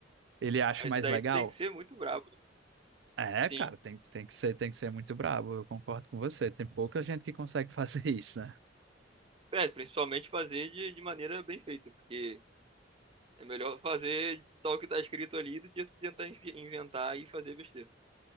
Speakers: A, on the right; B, on the right.
A: ele acha
B: Aí
A: mais
B: Isso daí
A: legal?
B: tu tem que ser muito brabo. né?
A: É, cara,
B: Sim.
A: tem, que- tem que ser, tem que ser muito brabo, eu concordo com você. Tem pouca gente que consegue <laughs> fazer isso, né?
B: É, principalmente fazer de, de maneira bem feita, porque é melhor fazer só o que tá escrito ali do que tu tentar invi- inventar e fazer besteira.